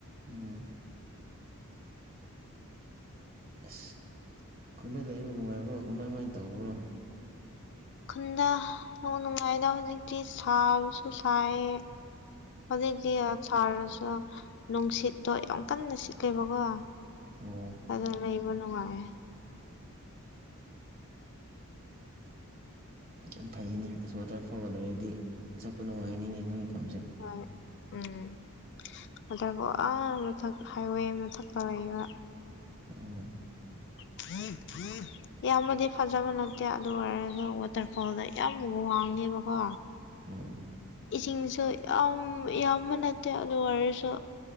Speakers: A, on the right; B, on the left.
A: ꯎꯝ ꯑꯁ ꯈꯨꯟꯗ ꯂꯩꯕ ꯅꯨꯡꯉꯥꯏꯕ꯭ꯔꯣ ꯀꯃꯥꯏ ꯀꯃꯥꯏꯅ ꯇꯧꯕ꯭ꯔꯣ
B: ꯈꯨꯟꯗ ꯍꯣ ꯅꯨꯡꯉꯥꯏꯗ ꯍꯧꯖꯤꯛꯇꯤ ꯁꯥꯕꯁꯨ ꯁꯥꯏꯌꯦ ꯍꯧꯖꯤꯛꯇꯤ ꯌꯥ ꯁꯥꯔꯁꯨ ꯅꯨꯡꯁꯤꯠꯇꯣ ꯌꯥꯝ ꯀꯟꯅ ꯁꯤꯠꯂꯦꯕꯀꯣ
A: ꯑꯣ
B: ꯑꯗꯨꯅ ꯂꯩꯕ ꯅꯨꯡꯉꯥꯏꯌꯦ
A: ꯌꯥꯝ ꯐꯩꯅꯦ ꯑꯁ ꯋꯥꯇꯔꯐꯣꯜ ꯂꯩꯔꯗꯤ ꯆꯠꯄ ꯅꯨꯡꯉꯥꯏꯅꯤꯅꯦ ꯅꯣꯏ ꯐꯝꯁꯦ
B: ꯍꯣꯏ ꯎꯝ <unintelligible> <inaudible> ꯋꯥꯇꯔꯐꯣꯜ ꯑꯥ ꯃꯊꯛ ꯍꯥꯏꯋꯦ ꯃꯊꯛꯇ ꯂꯩꯑꯦꯕ
A: ꯑꯣ
B: <unintelligible> <inaudible> ꯌꯥꯝꯅꯗꯤ ꯐꯖꯕ ꯅꯠꯇꯦ ꯑꯗꯨ ꯑꯣꯏꯔꯁꯨ ꯋꯥꯇꯔꯐꯣꯜꯗ ꯌꯥꯝ ꯋꯥꯡꯉꯦꯕꯀꯣ
A: ꯎꯝ ꯎꯝ
B: ꯏꯁꯤꯡꯁꯨ ꯌꯥꯝ ꯌꯥꯝꯕ ꯅꯠꯇꯦ ꯑꯗꯨ ꯑꯣꯏꯔꯁꯨ